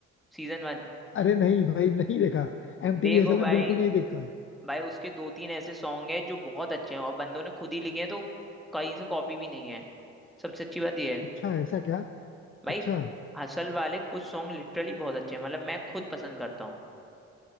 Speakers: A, in the centre; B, on the left.
A: सीजन वन
B: अरे नहीं भाई नहीं देखा एमटीवी
A: देखो
B: असल
A: भाई
B: में बिल्कुल नहीं देखता
A: भाई उसके दो तीन ऐसे सॉन्ग है जो बहुत अच्छे हैं और बंदों ने खुद ही लिखे हैं तो कहीं से कॉपी भी नहीं है सबसे अच्छी बात यह है
B: अच्छा ऐसा क्या
A: भाई
B: अच्छा
A: हसल वाले कुछ सॉन्ग लिटरली बहुत अच्छे हैं मतलब मैं खुद पसंद करता हूँ